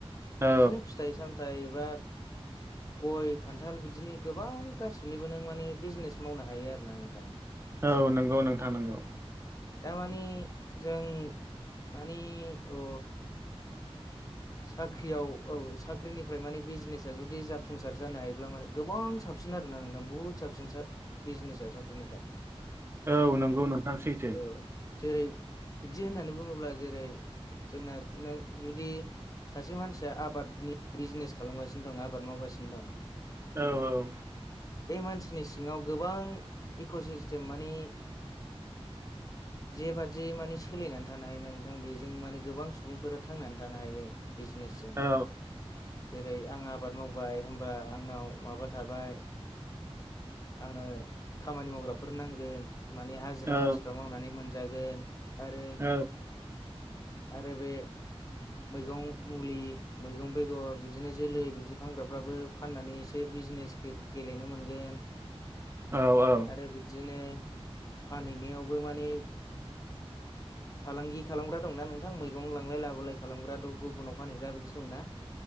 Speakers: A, on the right; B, on the left.
A: औ
B: बिदिनो फिथाइ सामथायाइ बा गय, खान्थाल बिदिनो गोबां गासिबनिबो नों माने बिजिनेस मावनो हायो आरोना नोंथां
A: औ नोंगौ नोंथां नोंगौ।
B: दा माने जों मानि अ साख्रियाव औ साख्रिनिफ्राय माने बिजिनेसा जुदि जाफुंसार जानो हायोब्ला माने गोबां साबसिन आरोना नोंथां बुहुत साबसिन सा बिजिनेसा साख्रिनिफ्राय
A: औ नंगौ नोंथां सैथो
B: औ जेरै बिदि होननानै बुङोब्ला जेरै जोंना नों जुदि सासे मानसिया आबादनि बिजिनेस खालामगासिनो दं आबाद मावगासिनो दं
A: औ औ
B: बे मानसिनि सिङाव गोबां इक'सिस्टेम माने <inaudible> जेबादि माने सोलिनानै थानो हायो ना नोंथां बेजों माने गोबां सुबुंफोरा थांनानै थानो हायो। बिजिनेसजों
A: औ
B: जेरै आं आबाद मावबाय होनबा आंनाव माबा थाबाय आंनो खामानि मावग्राफोर नांगोन माने हाजिरा
A: औ
B: मानसिफ्रा मावनानै मोनजागोन आरो
A: औ
B: आरो बे मैगं मुलि, मैगं बेगर बिदिनो जोलै बिदि फानग्राफ्राबो फाननानै एसे बिजिनेस गे गेलेनो मोनगोन
A: औ औ
B: आरो बिब्दिनो फानहैनायावबो माने फालांगि खालामग्रा दंना नोंथां मैगं लांलाय लाबोलाय खालामग्रा गुबुनाव फानहैग्रा बिदि दंना